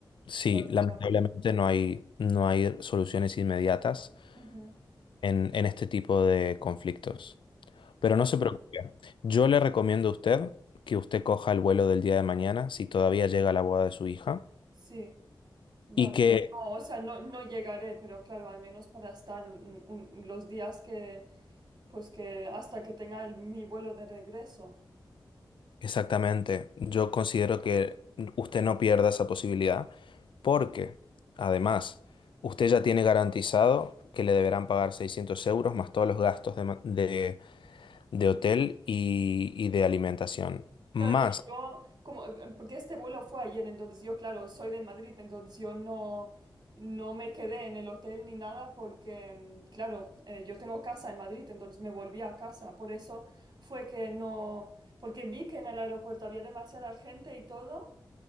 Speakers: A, on the left (about 75°); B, on the right (about 55°).
A: Sí,
B: Claro,
A: lamentablemente
B: claro.
A: no hay, no hay soluciones inmediatas
B: Ujú.
A: en, en este tipo de conflictos. Pero
B: Vale,
A: no se preocupe. Yo le recomiendo a usted que usted coja el vuelo del día de mañana, si todavía llega la boda de su hija,
B: sí. Vale.
A: y que
B: No, o sea, no, no llegaré, pero claro, al menos para estar un- un- los días que, pues que hasta que tenga el- mi vuelo de regreso.
A: Exactamente. Yo considero que usted no pierda esa posibilidad porque, además, usted ya tiene garantizado que le deberán pagar 600 euros más todos los gastos de, ma- de- de hotel y, y de alimentación. Más,
B: Claro, es que yo, como, eh, porque este vuelo fue ayer, entonces yo, claro, soy de Madrid, entonces yo no, no me quedé en el hotel ni nada porque, mm, claro, eh, yo tengo casa en Madrid, entonces me volví a casa. Por eso fue que no, porque vi que en el aeropuerto había demasiada gente y todo.